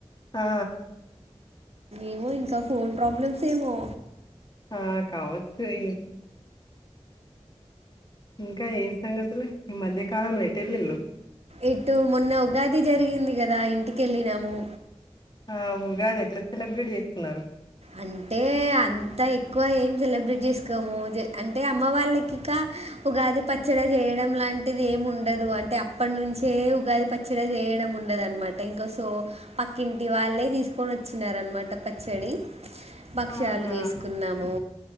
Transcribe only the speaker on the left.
ఆ,
ఆ కావచ్చు ఇ ఇంకా ఏం సంగతులు ఈ మధ్యకాలంలో ఎటుఎళ్లిల్లు
ఆ ఉగాది ఎట్లా సెలబ్రేట్ చేసుకున్నారు.
ఆహా